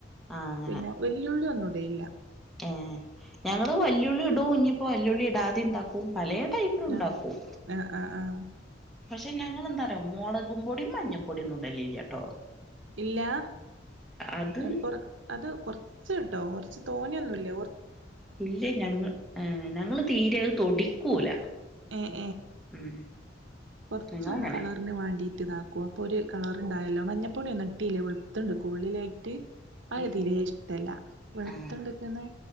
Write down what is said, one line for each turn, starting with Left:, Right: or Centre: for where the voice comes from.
Centre: ആഹ് അങ്ങനെ
Right: പിന്നെ വെല്ല്യുളളി ഒന്നും ഇടലില്ല
Centre: ഏഹ് ഞങ്ങള് വല്ല്യുളളി ഇടും ഇഞ് ഇപ്പോ വല്ല്യുളളി ഇടാതിം ഇണ്ടാക്കും. പലേ ടൈപ്പിലും ഉണ്ടാക്കും.
Right: ആഹ് ആഹ് ആഹ് ആഹ്
Centre: പക്ഷെ ഞങ്ങെളെന്താറ്യോ മൊളകുംപൊടിം മഞ്ഞപ്പൊടിയൊന്നും ഇടല്ല്ല്യട്ടോ.
Right: ഇല്ലാ
Centre: അത്
Right: ഏഹ് കൊർ അത് കൊറച്ച് ട്ടോ കൊറച്ച് തോനെയൊന്നുല്ല കൊർ
Centre: ഇല്ല്യ ഞങ്ങ ഏഹ് ഞങ്ങള് തീരെ അത് തൊടീക്കൂല.
Right: ഏഹ്
Centre: ഉം
Right: കൊറച്ചൊന്ന്
Centre: ഞങ്ങളങ്ങനെ
Right: കളറ്ന് വാണ്ടി ട്ട് ഇതാക്കും അപ്പൊ ഒരു കളറ്ണ്ടായല്ലോ മഞ്ഞപ്പൊടിയൊന്നും ഇട്ടീലേ വെളുത്തണ്ട്ക്കും ഉള്ളിലായിട്ട് അത്
Centre: ആഹ്
Right: തിരെ ഇഷ്ടല്ല വെളത്തണ്ട്ക്കുന്നത്
Centre: ആഹ്